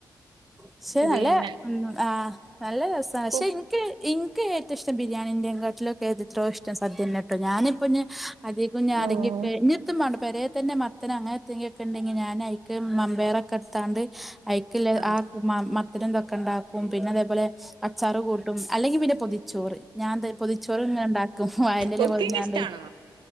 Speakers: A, in the centre; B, on the right.
A: പക്ഷെ
B: പിന്നെ
A: നല്ല ആഹ് നല്ല രസാണ് പക്ഷെ
B: കു
A: ഇൻക്ക് ഇന്ക് ഏറ്റംഇഷ്ടം ബിയാണിന്റെങ്ങാട്ടിലൊക്കെ എത്രോ ഇഷ്ടം സദ്യന്നെട്ടോ ഞാനിപ്പൊഞ്ഞ് അധികം ഞാരൊങ്കിക്കെ
B: ഉം
A: ഇഞ്ഞ് എത്തുംമാണ്ട പെരേതന്നെ മത്തന് അങ്ങനെത്തെങ്കിലൊക്കെ ഇണ്ടെങ്കി ഞാൻ അയ്ക്ക് മമ്പയ്റൊക്കെ ഇട്ടാണ്ട് അയി ക്ക്ല്ല
B: ആഹ്
A: ആ മ മത്തിന് ഇതൊക്കെണ്ടാക്കും പിന്നെ അതേപോലെ അച്ചാറ് കൂട്ടും അല്ലെങ്കിപിന്നെ പൊതിച്ചോറ് ഞാൻത് പൊതിച്ചോറ് ഇങ്ങനെ ഇണ്ടാക്കും വായന്റെലെ
B: കുക്കിംഗ്
A: പൊതിഞ്ഞാണ്ട്
B: ഇഷ്ടാണോ?